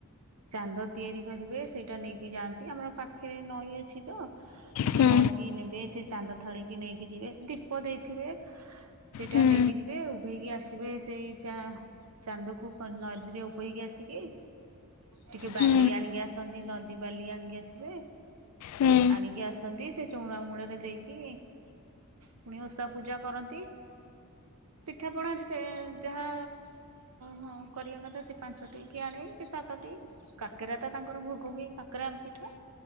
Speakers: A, on the right; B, on the left.
A: ଚାନ୍ଦ ତିଆରି କରିବେ ସେଇଟା ନେଇକି ଯାଆନ୍ତି ଆମର ପାଖରେ ନଈ ଅଛି ତ ସେ
B: ହୁଁ
A: ନଈକି ନେବେ ସେ ଚାନ୍ଦ ଥାଳିକି ନେଇକି ଯିବେ ଦୀପ ଦେଇଥିବେ ସେଇଟା
B: ହୁଁ।
A: ନେଇକି ଯିବେ ଉଭେଇକି ଆସ ଯିବେ ସେଇ ଚା ଚାନ୍ଦକୁ ନଦୀରେ ଉପେଇକି ଆସିକି ଟିକେ ବାଲି
B: ହୁଁ।
A: ଆଣିକି ଆସନ୍ତି ନଦୀ ବାଲି ଆଣିକି ଆସିବେ
B: ହୁଁ ହୁଁ
A: ଆଣିକି ଆସନ୍ତି ସେ ଚଉରା ମୂଳରେ ଦେଇକି ପୁଣି ଓଷା ପୂଜା କରନ୍ତି। ପିଠାପଣା ସେ ଯାହା ହିଁ କରିବା କଥା ସେ ପାଞ୍ଚଟି କିଏ ଆନେ କିଏ ସାତଟି। କାକେରା ତ ତାଙ୍କର ଭୋଗ ହୁଏ କାକେରା ପିଠା